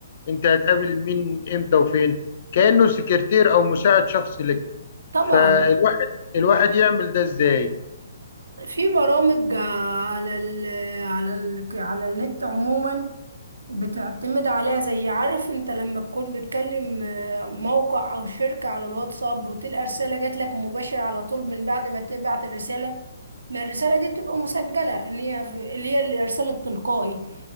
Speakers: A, on the left (about 50°); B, on the right (about 85°).
A: انت هتقابل مين امتى وفين كأنه سكرتير او مساعد شخصي لك
B: طبعا
A: فالواحد الواحد يعمل ده ازاي
B: في برامج على ال على ال على النت عموما بتعتمد عليها زي عارف انت لما تكون بتكلم آه، موقع او شركة على الواتساب وتلقى رسالة جات لك مباشر على طول من بعد ما تبعت الرسالة ما الرسالة دي بتبقى مسجلة ان هي في- اللي هي الرسالة التلقائي